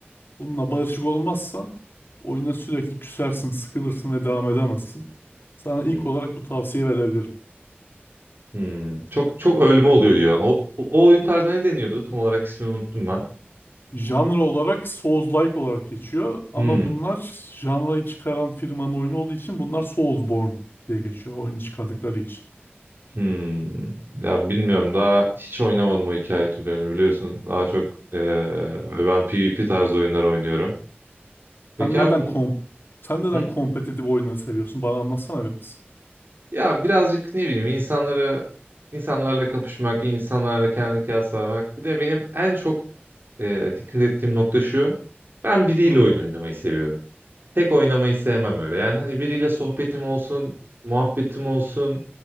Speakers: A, on the left; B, on the right.
A: Bununla barışık olmazsan oyuna sürekli küsersin, sıkılırsın ve devam edemezsin. Sana ilk
B: Hmm.
A: olarak bu tavsiye verebilirim.
B: Hmm. Çok çok ölme oluyor diyor. O, o o oyun tarzına ne deniyordu? Tam olarak ismini unuttum ben.
A: Janra olarak Souls-like olarak geçiyor ama
B: Hmm.
A: bunlar janrayı çıkaran firmanın oyunu olduğu için bunlar Soulsborne diye geçiyor oyunu çıkardıkları için.
B: Hmm. Ya bilmiyorum daha hiç oynamadım o hikaye türlerini biliyorsun. Daha çok eee, ben PvP tarzı oyunlar oynuyorum. Peki
A: Sen neden
B: abi bu
A: kom sen neden
B: Hı?
A: kompetitif oyunları seviyorsun? Bana anlatsana biraz.
B: ya birazcık ne bileyim insanları insanlarla kapışmak, insanlarla kendini kıyaslamak. Bir de benim en çok eee, dikkat ettiğim nokta şu. Ben biriyle
A: Hı,
B: oyun oynamayı seviyorum. Tek oynamayı sevmem öyle. Yani hani biriyle sohbetim olsun, muhabbetim olsun,